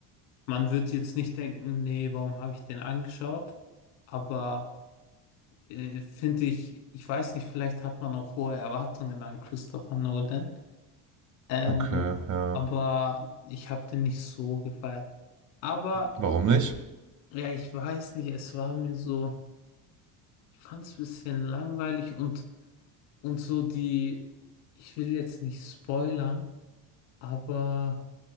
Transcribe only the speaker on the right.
Okay, ja.
Warum nicht?